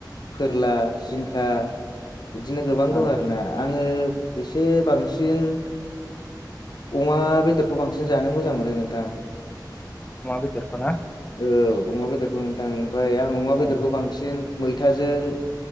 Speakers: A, on the left; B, on the left.
A: फोरला, जिंखा बिदिनो गोबां
B: औ
A: दं आरोना आङो एसे बांसिन सिन अमा बेदरखौ बांसिन जानो मोजां मोनो नोंथां
B: अमा बेदरखौ
A: ओ अमा बेदरखौ नोंथां
B: औ
A: ओमफ्राय आं अमा बेदरखौ
B: औ
A: बांसिन मैथाजों